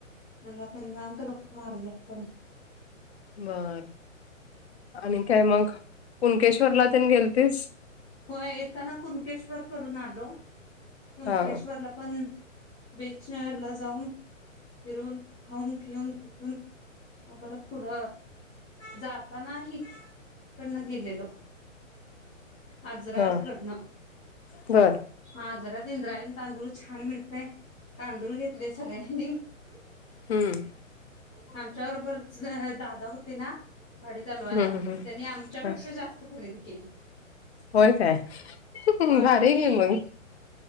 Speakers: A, in the centre; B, on the left.
A: म्हणला त निवांत गप्पा मारूया आपण
B: बर आणि काय मग कुणकेश्वरला तेन गेलतीस
A: होय येताना कुनकेश्वर करून आलो. कुंकेश्वरला
B: हा
A: पण बेचण्याला जाऊन फिरून खाऊन पिऊन तिथून व परत थोड जाता नाही त परण गेलेलो आजराकडनं
B: हा बर
A: आजरात इंद्रायनी तांदूळ छान मिळतय तांदूळ घेतले सगळ्यांनी <unintelligible>
B: हम्म
A: त्या बरोबरच अ दादा होते ना वाडी तलवायला
B: हम्म
A: त्यांनी आमच्यापेक्षा
B: हम्म
A: जास्त खरेदी केली
B: होय काय
A: होय
B: भारी
A: आम्ही
B: हाय की मग